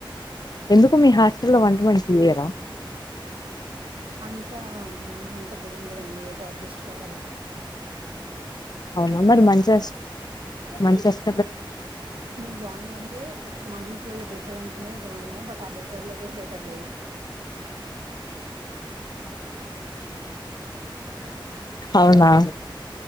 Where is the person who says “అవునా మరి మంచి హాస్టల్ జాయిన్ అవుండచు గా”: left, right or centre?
Left